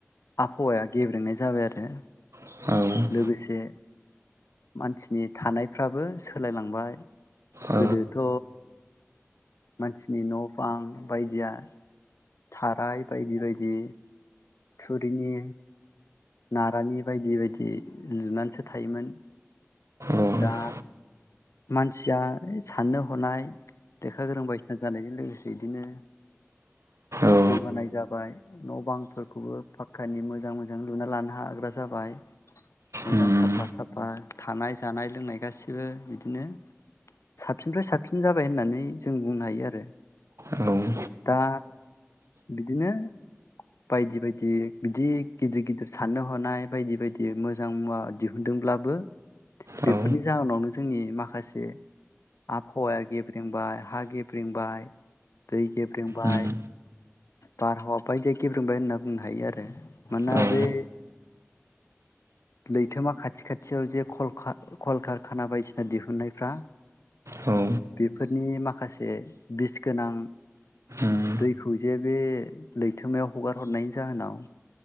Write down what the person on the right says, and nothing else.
औ औ
औ
औ
औ
उम
औ उम
औ
उम
औ
औ
उम